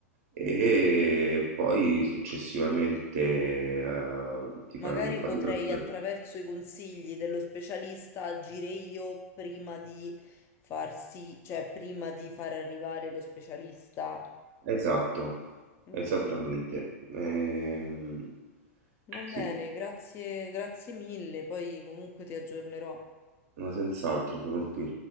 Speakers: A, on the right; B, on the left.
A: E poi successivamente, eh, ti fai
B: Magari
A: un'infarinatura.
B: potrei attraverso i consigli dello specialista agire io prima di farsi, cioè prima di far arrivare lo specialista.
A: Esatto,
B: Mm,
A: esattamente.
B: mm.
A: Ehm,
B: Va bene,
A: sì,
B: grazie, grazie mille. Poi comunque ti aggiornerò.
A: ma senz'altro sono qui.